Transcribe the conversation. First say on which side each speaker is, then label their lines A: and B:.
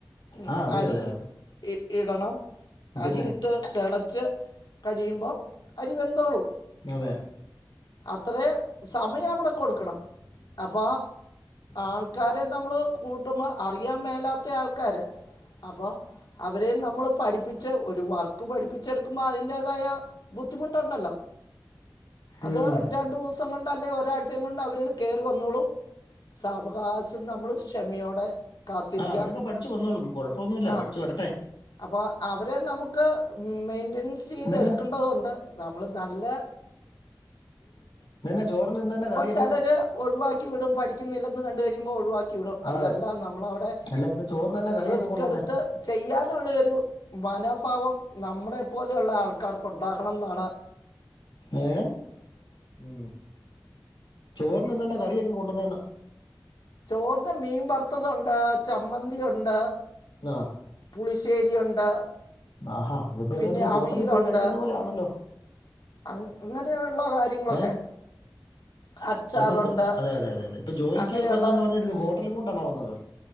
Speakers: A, on the left; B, on the left.
A: ഉം
B: ആ അതെ
A: അരി
B: അതെ അതെ
A: ഇ ഇടണം അരി
B: പിന്നെ
A: ഇട്ട് തെളെ വച്ച് കഴിയുമ്പോ അരിവെന്തോളും
B: അതെ
A: അത്രേ സമയം അവിടെ കൊടുക്കണം അപ്പ ആൾക്കാരെ നമ്മള് കൂട്ടുമ്പ അറിയാൻ മേലാത്ത ആൾക്കാര് അപ്പോ അവരേം നമ്മള് പഠിപ്പിച്ച് ഒരു വർക്ക് പഠിപ്പിച്ച് എടുക്കുമ്പോൾ അതിന്റെതായ ബുദ്ധിമുട്ടുണ്ടല്ലോ അത്
B: ഉം.
A: രണ്ടു ദിവസം കൊണ്ടല്ല ല്ലേ ഒരായ്‌ റ്റയും കൊണ്ട് അവര് കേറി വന്നോളും സാവകാശം നമ്മള് ക്ഷമയോടെ കാത്തിരിക്കുക
B: ആഹ് അവരൊക്കെ പഠിച്ചു വന്നോളും കുഴപ്പൊന്നുമില്ല
A: ആ
B: പഠിച്ചു വരട്ടെ
A: അപ്പോൾ അവരെ നമുക്ക് മെയ്‌ൻ എൻസീതെടുക്കെണ്ടതുണ്ട്
B: ഇന്നന്നെ
A: നമ്മള് നല്ല
B: നന്നെ ചോറിനെന്താണ്ട് കറി
A: തലക് ഒഴിവാക്കി വിടും പഠിക്കുന്നില്ലെന്ന് കണ്ട് കഴിയുമ്പോ ഒഴിവാക്കി വിടും അതെല്ല
B: അതെ
A: നമ്മളവിടെ
B: അല്ല ഇന്ന് ചോറിന് തന്നെ കറിയൊക്കെ
A: റിസ്ക്
B: കൊണ്ടുവന്നേ
A: എടുത്ത് ചെയ്യാനുള്ള ഒരു വനം ഫാവം നമ്മടെ പോലെയുള്ള ആൾക്കാർക്ക് ഉണ്ടാഹണം ന്നാണ്
B: ഏഹ് ഉം ചോറിന് എന്താന്നാകറി ഒക്കെ കൊണ്ടന്നന്ന്
A: ചോറിന് മീൻ വറുത്തതുണ്ട് ചമ്മന്തി ഉണ്ട്
B: ആ
A: പുളിശ്ശേരിയുണ്ട്
B: ആഹാ ഇതിപ്പോ
A: പിന്നെ
B: എന്നാ ഹോട്ടലിൽ
A: അവിയലുണ്ട്
B: പോയി കഴിക്കുന്ന പോലെ ആണല്ലോ
A: അങ്ങനെയുള്ള കാര്യങ്ങളൊക്കെ
B: ഏ
A: അച്ചാറുണ്ട്
B: ഇതിപ്പോ അതെ അതെ അതെ അതെ ഇപ്പൊ ജോലിക്ക്
A: അങ്ങനെയുള്ള
B: വന്നാന്ന് പർഞ്ഞ ഹോട്ടലുംകൊണ്ടാണോ വന്നത്